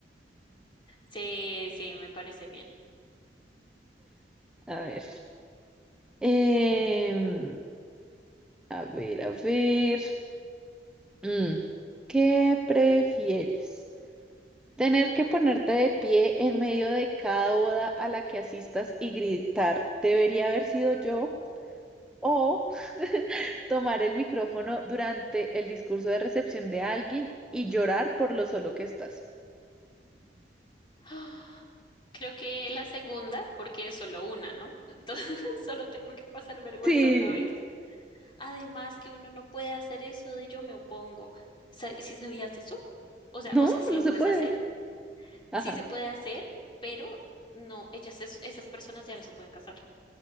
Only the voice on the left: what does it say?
Sí, sí, me parece bien. <gasps>
Ah, Creo que la segunda, porque es solo una, ¿no? Entonces, <laughs> solo tengo que pasar vergüenza
una vez. Además que uno no puede hacer eso de yo me opongo. ¿Si sabías eso? O sea,
o sea, si
lo
puedes
hacer, sí
se puede hacer, pero no, ellas, es- esas personas ya no se pueden casar.